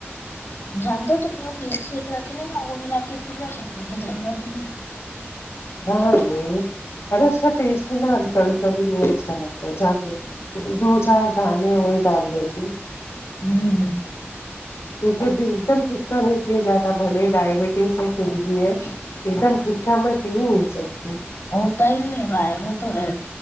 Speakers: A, on the left; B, on the left.
A: جان دو ہو تم نے وہ مک ش کرا کے لےا وہ ملا کے پا شکتا کہ جنا ت نہیں
B: ہرے ارے اس کا ٹیسٹ نہ ہم کبھی کبھی نہیں اچھا لگتا جان د دو چار دھان وہی ڈال دیتی
A: ہوں
B: کیونکہ ا بھی ایک دم ٹھیک ھا نہیں کیا جاتا بھلے ڈائبٹیز ہے کچھ بھی ہے ایک دم فھتکا میں پی نہیں سکتی
A: ہوتا ہی نہیں بائی وہ تو ہے